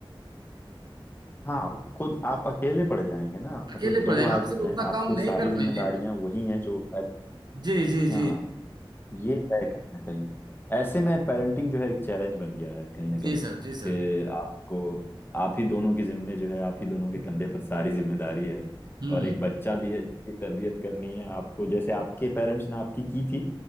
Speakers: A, on the left; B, on the right.
A: हाँ खुद आप अकेले पड़ जाएंगे ना
B: अकेले
A: मतलब दो
B: पड़ जाएंगे
A: आदमी
B: आप सिर्फ उतना
A: हैं आपको
B: काम नहीं
A: सारी
B: कर
A: जिम्मेदारियां
B: पाएंगे
A: वही हैं जो पहले
B: जी जी जी
A: हाँ ये है कहीं ना कहीं ऐसे में पेरेंटिंग जो है एक चैलेंज बन गया है कहीं ना कहीं
B: जी सर जी सर
A: कि आपको आप ही दोनों की जिम्मे जो है आप ही दोनों के कंधे पर सारी जिम्मेदारी है
B: हम्म
A: और एक बच्चा भी है जिसकी तरबियत करनी है आपको जैसे आपके पेरेंट्स ने आपकी की थी